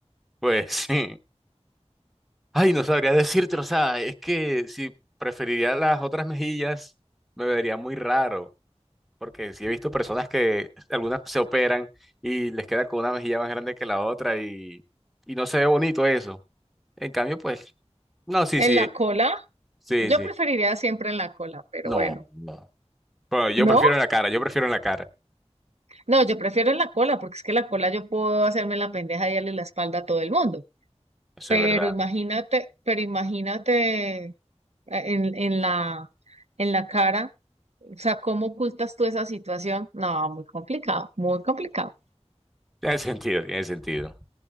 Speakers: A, in the centre; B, on the right.
A: pues <laughs> sí. Ay, no sabría decirte, o sea, es que si preferiría las otras mejillas, me vería muy raro. Porque sí he visto personas que algunas se operan y les queda con una mejilla más grande que la otra y, y no se ve bonito eso. En cambio, pues, no, sí,
B: En
A: sí,
B: la cola,
A: sí,
B: yo
A: sí.
B: preferiría siempre en la cola, pero
A: No,
B: bueno.
A: no. Pero yo
B: ¿No?
A: prefiero en la cara, yo prefiero en la cara.
B: No, yo prefiero en la cola, porque es que la cola yo puedo hacerme la pendeja y darle la espalda a todo el mundo.
A: Eso
B: Pero
A: es verdad.
B: imagínate, pero imagínate eh, en, en la, en la cara, o sea, ¿cómo ocultas tú esa situación? No, muy complicado, muy complicado.
A: Tiene sentido, tiene sentido.